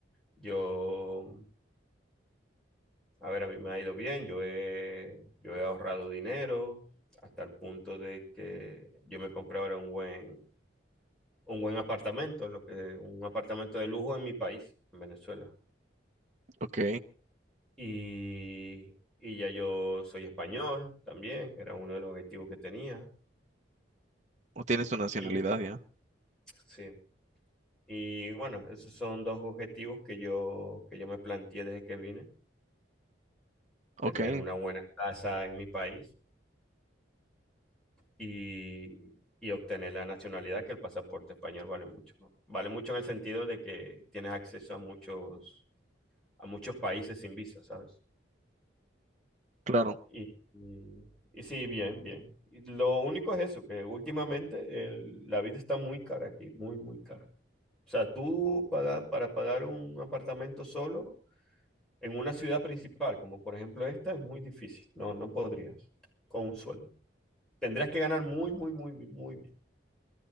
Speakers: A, in the centre; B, on the right.
A: Yo, a ver, a mí me ha ido bien, yo he, yo he ahorrado dinero hasta el punto de que yo me compré ahora un buen un buen apartamento, lo que, un apartamento de lujo en mi país, en Venezuela.
B: ok,
A: Y, y ya yo soy español también, que era uno de los objetivos que tenía.
B: o tienes tu nacionalidad
A: Y
B: ya,
A: sí, y bueno, esos son dos objetivos que yo, que yo me planteé desde que vine, tener
B: ok,
A: una buena casa en mi país y, y obtener la nacionalidad, que el pasaporte español vale mucho. ¿no? Vale mucho en el sentido de que tienes acceso a muchos, a muchos países sin visa, ¿sabes?
B: claro,
A: Y, y- y sí, bien, bien. Y lo único es eso, que últimamente el- la vida está muy cara aquí, muy, muy cara. O sea, tú paga- para pagar un apartamento solo en una ciudad principal, como por ejemplo esta, es muy difícil. No, no podrías con un sueldo. Tendrías que ganar muy, muy, muy, bi- muy bien.